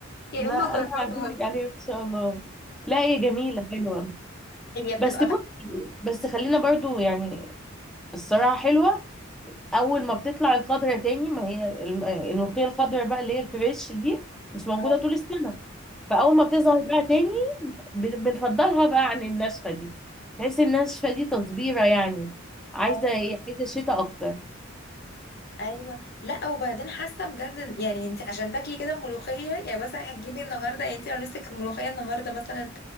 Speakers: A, on the left; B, in the centre.
A: يا
B: لا
A: اما اجربها
B: انا هعزمك عليها ان شاء الله لا هي جميله حلوه
A: هي بتبقى
B: بس بصي
A: طعمها
B: بس خلينا برضو يعني الصراحه حلوه اول ما بتطلع الخضره تاني ما هي الم- الملوخيه الخضره بقى اللي هي الفريش دي مش موجوده
A: اه
B: طول السنه فاول ما بتظهر بقى تاني ب- بنفضلها بقى عن الناشفه دي تحس الناشفه دي تصبيره يعني عايزه
A: اه
B: ايه عايزه شتاء اكتر
A: ايوه لا وبعدين حاسه بجد يعني انت عشان تاكلي كده ملوخيه يعني مثلا هتجيبي النهارده يعني انت لو نفسك ملوخيه النهارده مثلا